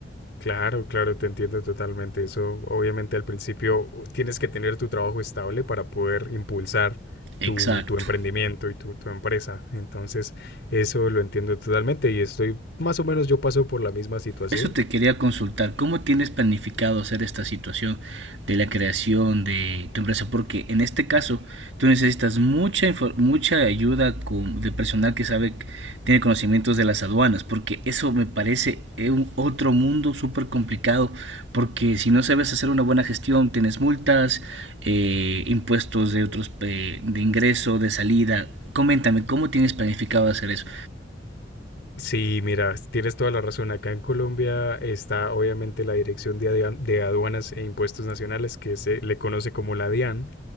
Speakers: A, on the left (about 65°); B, on the right (about 70°).
A: Claro, claro, te entiendo totalmente. Eso, obviamente, al principio tienes que tener tu trabajo estable para poder impulsar
B: Exacto.
A: tu, tu emprendimiento y tu, tu empresa. Entonces, eso lo entiendo totalmente y estoy, más o menos, yo paso por la misma situación.
B: Eso te quería consultar, ¿cómo tienes planificado hacer esta situación de la creación de tu empresa? Porque en este caso tú necesitas mucha, infor- mucha ayuda con- de personal que sabe, tiene conocimientos de las aduanas, porque eso me parece eh, un otro mundo súper complicado, porque si no sabes hacer una buena gestión, tienes multas, eh, impuestos de otros, eh, de ingreso, de salida. Coméntame, ¿cómo tienes planificado hacer eso?
A: Sí, mira, tienes toda la razón. Acá en Colombia está, obviamente, la Dirección de Adea- de Aduanas e Impuestos Nacionales, que se le conoce como la DIAN.